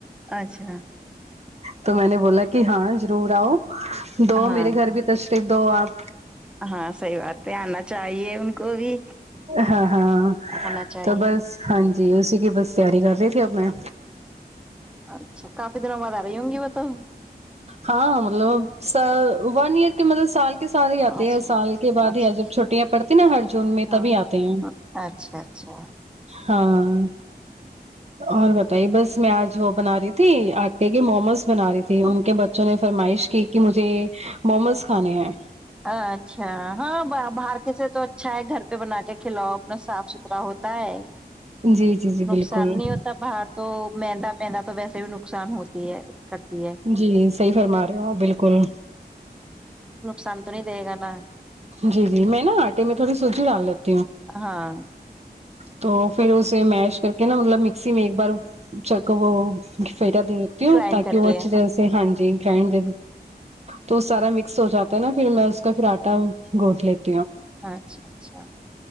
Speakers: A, in the centre; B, on the right (about 40°).
A: اچھا
B: تو میں نے بولا کہ ہاں ضرور آؤ دو
A: ہاں
B: میرے گھر بھی تو پھر دو آپ
A: ہاں صحی بات ہے آنا چاہیے ان کو بھی
B: ہاں ہاں
A: آنا چاہیے
B: تو بس ہاں جی اسی کی بس تیاری کر رہی تھی اب میں
A: اچھا کافی دنوں بعد آ رہی ہوں گی وہ تو
B: ہاں مطلب س ون ایئر کے مطلب سال کے کے ساتھ ہی آتے
A: اچھا
B: ہیں سال کے بعد
A: اچھا
B: ہی جب چھوٹیاں پڑتی ہیں نا ہر جون میں
A: ہاں
B: تبھی آتے ہیں
A: اچھا اچھا
B: ہاں اور بتائیے بس میں آج وہ بنا رہی تھی آٹے کے موموز بنا رہی تھی ج ان کے بچوں نے فرمائش کی کہ مجھے مومس کھانے ہیں
A: اچھا ہاں باہر کسے تو اچھا ہے گھر بنا کے کھلاؤ اپنا صاف ستھرا ہوتا ہے
B: جی جی جی
A: نقصان
B: بالکل
A: نہیں ہوتا باہر تو مہندا مہندا تو ویسے بھی نقصان ہوتی ہے کرتی ہے
B: جی صحی فرما رہے ہو آپ بالکل
A: سانتونی دے گا نا
B: جی جی میں نا آٹے میں تھوڑی سوزی ڈال لیتی ہ
A: ہاں
B: تو پھر اسے میش کر کے نا مطلب مکسی میں ایک بار چ وہ فرا دے دیتی ہو
A: گرائنڈ
B: تاک
A: کر
B: کہ وہ
A: کے
B: اچھ جیسے ہاں جی فائنڈ تو سارا مکس ہو جاتا نا پھر میں اس کا پھر آٹا گوھ لیتا
A: اچھا اچھا